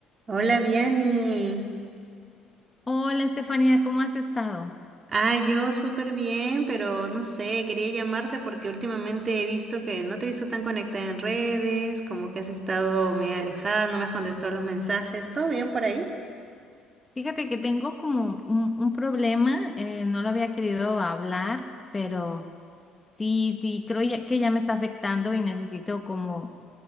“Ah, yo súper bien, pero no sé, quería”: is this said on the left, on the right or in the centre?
Right